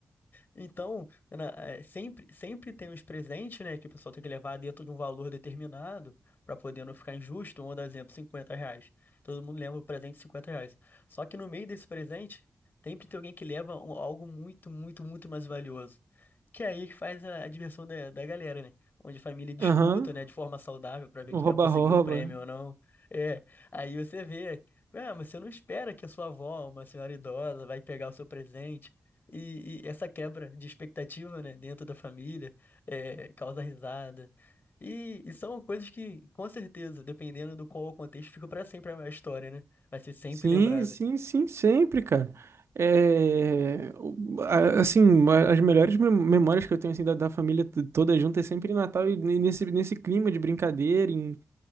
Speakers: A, on the left; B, on the right.
A: Então, na- é, sempre, sempre tem os presentes, né, que o pessoal tem que levar dentro de um valor determinado para poder não ficar injusto. Vamos dar exemplo, 50 reais. Todo mundo leva o presente de 50 reais. Só que no meio desse presente, sempre tem alguém que leva um- algo muito, muito, muito mais valioso. Que é aí que faz a, a diversão da, da galera, né? Onde a família disputa,
B: Aham.
A: né, de forma saudável para ver
B: O
A: quem
B: rouba-rouba.
A: vai conseguir o prêmio ou não. É, aí você vê. Ah, mas você não espera que a sua avó, uma senhora idosa, vai pegar o seu presente. E, e essa quebra de expectativa, né, dentro da família, é, causa risada. E, e são coisas que, com certeza, dependendo do qual o contexto, fica para sempre a história, né? Vai ser sempre
B: Sim,
A: lembrada.
B: sim, sim, sempre, cara. É, o- a- assim, a- as melhores mem- memórias que eu tenho assim, da, da família t- toda junta é sempre em Natal e ne- nesse, nesse clima de brincadeira, em